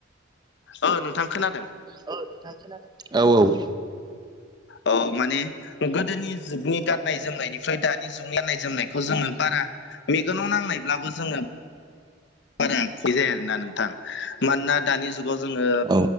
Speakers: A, on the left; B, on the right.
A: औ नोंथां खोनादों।
B: औ औ।
A: ओं माने गोदोनि जुगनि गाननाय जोमनायनिफ्राय दानि जुगनि गाननाय जोमनायखौ जोङो बारा मेगनाव नांनायब्लाबो जोङो बारा खयजाया आरोना नोंथां। मानोना दानि जुगाव जोङो
B: औ